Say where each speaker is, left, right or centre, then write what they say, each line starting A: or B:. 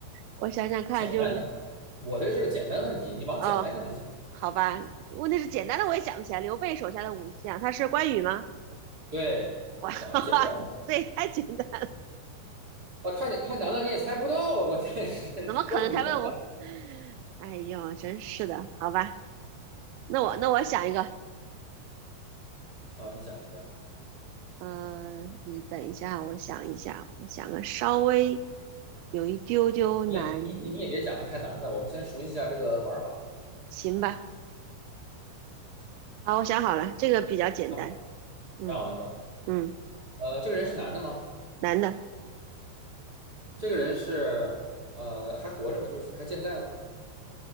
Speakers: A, on the right; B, on the right.
A: 我想想看就，
B: 简单的，我这是个简单问题，你往简单上去想。
A: 哦，好吧，问题是简单的我也想不起来。刘备手下的武将，他是关羽吗？
B: 对，
A: <laughs>
B: 我想个简单的。
A: 哈哈，这也太简单
B: 哇，太简太难了，你也猜不到啊！关键是
A: 怎么可能？
B: <laughs> 关于那个，
A: 才问我，哎呦，真是的，好吧，那我那我想一个，
B: 好，你想一个，
A: 嗯，你等一下，我想一下，我想个稍微有一丢丢难
B: 你你也你你你也别讲的太难的，我们先熟悉一下这个玩法
A: 行吧，好，我想好了，这个比较简单。
B: 啊。啊，
A: 嗯
B: 这好了是吧？
A: 嗯，
B: 呃，这个人是男的吗？
A: 男的，
B: 这个人是呃还活着吗？就是还健在吗？